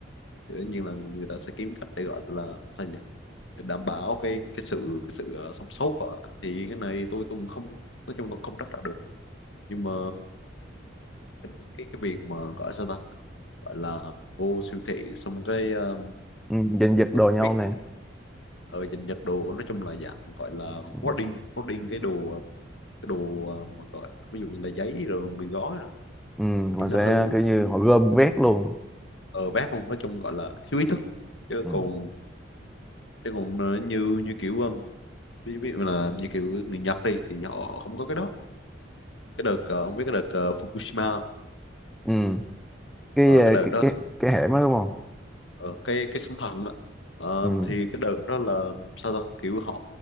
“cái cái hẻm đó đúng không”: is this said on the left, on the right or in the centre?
Centre